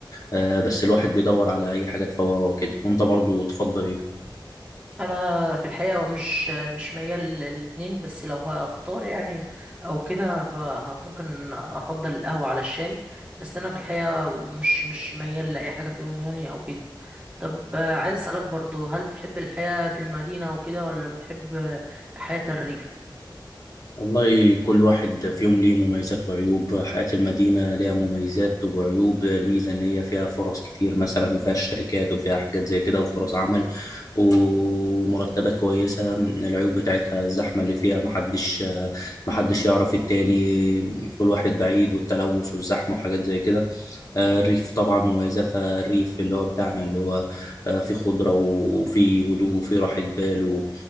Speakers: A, on the left (about 45°); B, on the right (about 15°).
A: آه، بس الواحد بيدور على اي حاجه تفوقه وكده وانت برضو تفضل ايه
B: انا في الحقيقه مش مش ميال للاتنين بس لو هختار يعني او كده ب- ه- ممكن افضل القهوه على الشاي بس انا في الحقيقه مش مش ميال لاي حاجه فيهم يعني او كده طب آه، عايز اسالك برضو هل بتحب الحياه في المدينه وكده ولا بتحب آه، حياه الريف
A: والله كل واحد فيهم ليه مميزات وعيوب حياة المدينة ليها مميزات وعيوب الميزة إن هي فيها فرص كتير مثلا وفيها الشركات وفيها حاجات زي كده وفرص عمل ومرتبات كويسة العيوب بتاعتها الزحمة اللي فيها محدش محدش يعرف التاني كل واحد بعيد والتلوث والزحمة وحاجات زي كده آه، الريف طبعا مميزاتها الريف اللي هو بتاعنا اللي هو آه، في خضرة وفي هدوء وفي راحة بال و-